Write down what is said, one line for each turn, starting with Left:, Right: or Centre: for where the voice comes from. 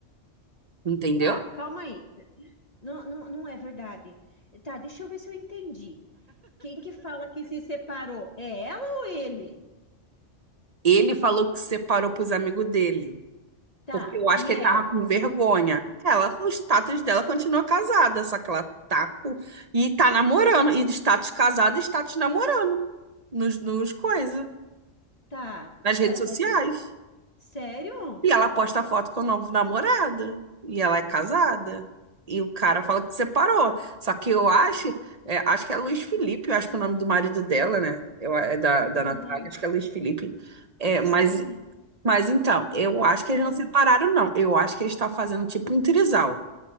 Right: Entendeu?
Left: Tá, calma aí. Não, não, não é verdade. Tá, deixa eu ver se eu entendi. Quem que fala que se separou? É ela ou ele?
Right: Ele falou que separou pros amigos dele,
Left: Tá,
Right: porque eu acho
Left: e
Right: que
Left: ela?
Right: ele tava com vergonha. Ela, o status dela continua casada, só que ela tá com- e tá namorando, e de status casada, e status namorando nos, nos coisas,
Left: Tá,
Right: nas redes
Left: tá, tá.
Right: sociais.
Left: de- Sério?
Right: E ela posta foto com o novo namorado. E ela é casada. E o cara fala que separou. Só que eu acho, é, acho que é Luiz Felipe,
Left: Ai, meu
Right: eu acho
Left: Deus.
Right: que é o nome do marido dela, né? Eu, é da, da Natália,
Left: Aham,
Right: acho que é Luiz Felipe. É,
Left: sim.
Right: mas, mas então, eu acho
Left: Ah,
Right: que
Left: Meu,
Right: eles não separaram, não. Eu acho que eles estão fazendo tipo um trisal.